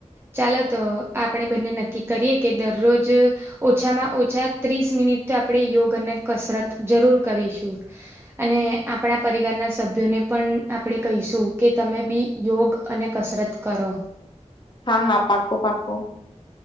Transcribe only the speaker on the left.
હા હા પાકોું પાકોું